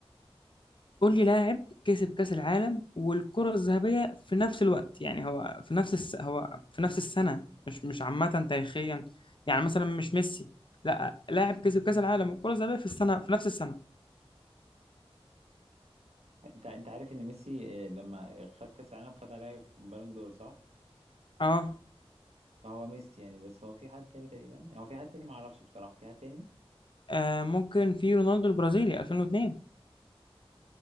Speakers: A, on the left (about 50°); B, on the right (about 80°).
A: قول لي لاعب كسب كأس العالم والكرة الذهبية في نفس الوقت يعني هو في نفس الس... هو في نفس السنة مش مش عامة تاريخيا يعني مثلا مش ميسي لا لاعب كسب كأس العالم والكرة الذهبية في السنة في نفس السنة
B: انت انت عارف ان ميسي آه، لما خد كاس العالم خد عليها بالون دور صح
A: اه,
B: فهو ميسي يعني بس هو في حد تاني تقريبا هو في حد تاني ما اعرفش بصراحه في حد تاني
A: آه ممكن في رونالدو البرازيلي 2002